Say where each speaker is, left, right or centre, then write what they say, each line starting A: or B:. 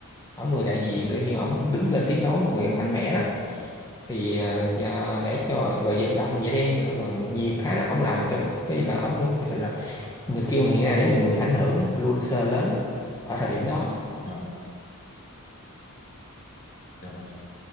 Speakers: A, on the left; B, on the left.
A: ổng người đại diện tự nhiên ổng đứng lên tiếng nói người mạnh mẽ lắm thì à, và để cho về vận động người da đen nữa rồi nhiều cái đó ổng làm cho cái như là ổng mới thật sự là mình kêu hiện nay để người người ảnh hưởng á, influencer lớn á, ở thời điểm đó đó
B: dạ dạ rồi.